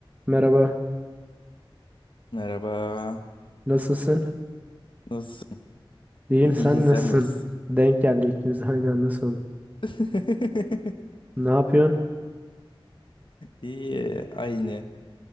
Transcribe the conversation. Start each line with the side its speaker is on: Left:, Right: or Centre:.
Right: Merhaba,
Left: Merhaba.
Right: nasılsın?
Left: Nasılsın?
Right: İyiyim,
Left: <laughs> İyi,
Right: sen
Left: sen
Right: nasılsın?
Left: nasılsın?
Right: Denk geldi ikimiz de aynı anda sorduk.
Left: <laughs>
Right: Ne yapıyorsun?
Left: İyi, aynı.